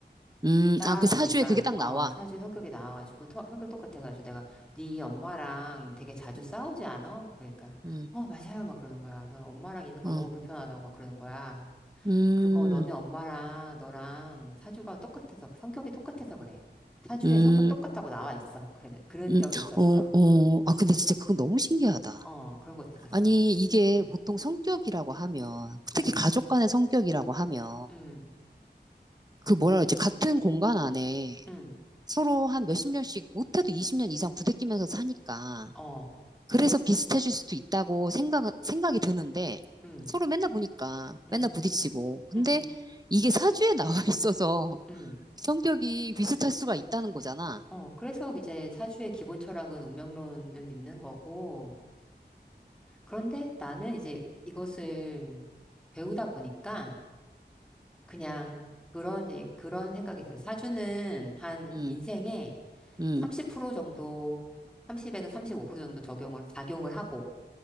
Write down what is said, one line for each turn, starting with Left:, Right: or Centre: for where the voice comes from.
Right: 음,
Centre: 딱
Right: 아, 그 사주에
Centre: 보니까,
Right: 그게 딱
Centre: 어,
Right: 나와.
Centre: 사주에 성격이 나와가지고, 터- 성격 똑같아가지고 내가 네 엄마랑 되게 자주
Right: 음,
Centre: 싸우지 않아? 그러니까,
Right: 음,
Centre: 어, 맞아요. 막 그러는 거야. 저는 엄마랑 있는 거
Right: 어,
Centre: 너무 불편하다고 막 그러는 거야.
Right: 음.
Centre: 그거 너네 엄마랑 너랑 사주가 똑같아서, 성격이 똑같아서 그래. 사주에
Right: 음,
Centre: 성격 똑같다고 나와 있어. 그래. 그런
Right: 음,
Centre: 적이 있었어.
Right: 어, 어, 아, 근데 진짜 그건 너무 신기하다.
Centre: 어, 그런 것도 있었어.
Right: 아니, 이게
Centre: 응,
Right: 보통 성격이라고 하면,
Centre: 응,
Right: 특히 가족 간의 성격이라고 하면,
Centre: 응,
Right: 그 뭐라 그러지, 같은 공간 안에
Centre: 응,
Right: 서로 한 몇십 년씩, 못해도 20년 이상 부대끼면서 사니까,
Centre: 어,
Right: 그래서 비슷해질 수도 있다고 생각, 생각이 드는데,
Centre: 응,
Right: 서로 맨날 보니까,
Centre: 응,
Right: 맨날 부딪히고. 근데
Centre: 응,
Right: 이게 사주에 <laughs> 나와 있어서
Centre: 응.
Right: 성격이 비슷할 수가 있다는 거잖아.
Centre: 어, 그래서 이제 사주의 기본 철학은 운명론을 믿는 거고, 그런데 나는 이제 이것을 배우다 보니까 그냥 그런, 예- 그런 생각이 들어. 사주는 한
Right: 음,
Centre: 인생에
Right: 음,
Centre: 30% 정도, 30에서 35% 정도 적용을, 작용을 하고,